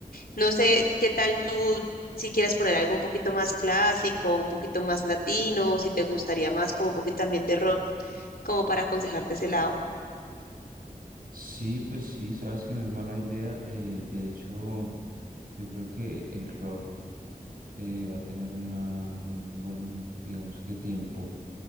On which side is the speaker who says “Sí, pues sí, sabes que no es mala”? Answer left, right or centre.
Right